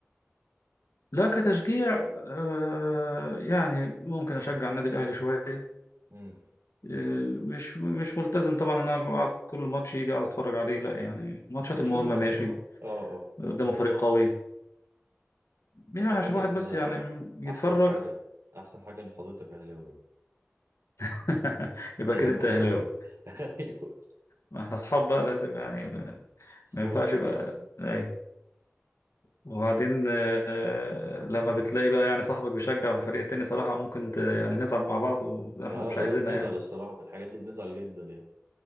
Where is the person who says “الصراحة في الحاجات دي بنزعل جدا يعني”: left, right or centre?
Right